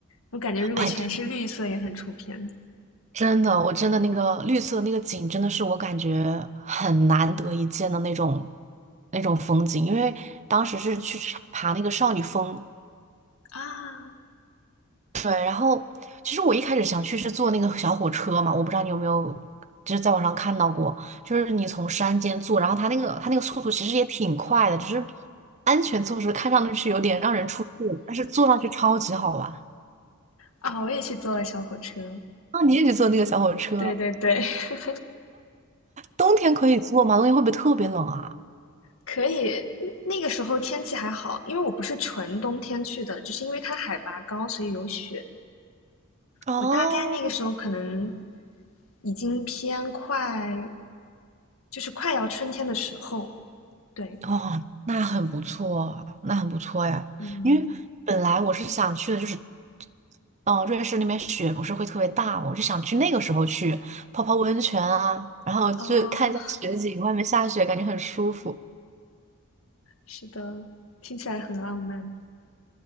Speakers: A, on the left; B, on the right.
A: 我感觉如果全是绿色也很出片
B: 哎。真的，我真的那个绿色那个景，真的是我感觉很难得一见的那种那种风景。因为当时是去爬那个少女峰，
A: 啊
B: 对。然后其实我一开始想去是坐那个小火车嘛，我不知道你有没有就是在网上看到过，就是你从山间坐，然后它那个它那个速度其实也挺快的，只是安全措施看上去是有点让人出戏，但是坐上去超级好玩。
A: 啊！我也去坐了小火车，
B: 啊，你也去坐那个小火车？
A: 对对对，<laughs>
B: 冬天可以坐吗？冬天会不会特别冷啊？
A: 可以。嗯那个时候天气还好，因为我不是纯冬天去的，只是因为它海拔高，所以有雪。
B: 哦，
A: 我大概那个时候可能已经偏快就是快要春天的时候，对，
B: 哦，那很不错，那很不错呀。
A: 嗯，
B: 因为本来我是想去的，就是，嗯、瑞士那边雪不是会特别大嘛，我就想去那个时候去泡泡温泉啊，然后就看一下雪景，
A: 哦，
B: 外面下雪，感觉很舒服。
A: 是的，听起来很浪漫。